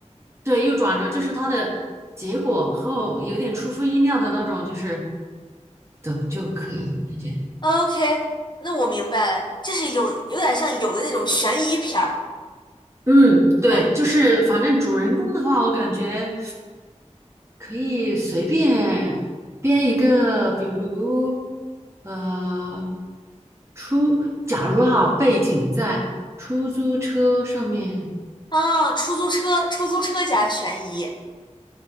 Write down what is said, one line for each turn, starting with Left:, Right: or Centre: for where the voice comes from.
Right: 对，又转折，就是它的结果和我有点出乎意料的那种，就是的就可以感觉，
Left: OK，那我明白了，就是有有点像有的那种悬疑片儿，
Right: 嗯，对，
Left: 嗯，
Right: 就是反正主人公的话，我感觉可以随便编一个，比如呃，出，假如哈，背景在出租车上面，
Left: 啊，出租车，出租车加悬疑，